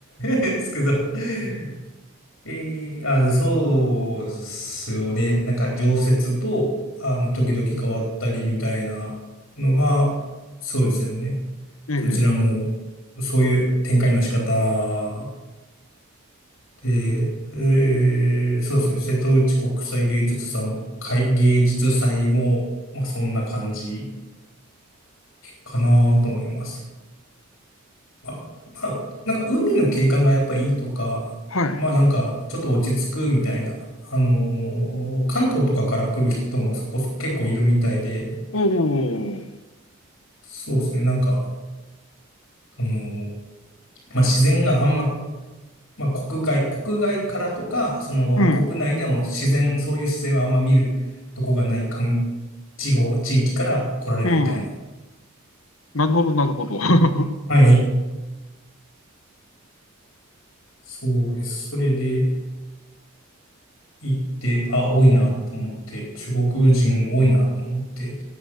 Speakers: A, on the left (about 60°); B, on the left (about 75°).
A: ですけど。<laughs> えー、あ、でそうっすよね。なんか常設と、あの、時々変わったりみたいなのが、そうですよね。
B: えー、
A: そちらも、そういう展開の仕方で、えーそうですね、瀬戸内国際芸術祭、会芸術祭も、まあそんな感じかなと思います。まあ、まあ、なんか海の景観がやっぱいいとか、
B: はい。
A: まあなんかちょっと落ち着くみたいな、あのー関東とかから来る人もそこそ結構いるみたいで、
B: おお、
A: そうですね、なんか、その、まあ自然があんままあ、国外、国外からとか、その国内でも自然、
B: うん、
A: そういう自然はあんま見るとこがない環地方、地域から来られるみたいな。
B: うん。なるほど、なるほど。<laughs> は
A: はい。そうです。それで行って、あ、多いなと思って、中国人多いなと思って、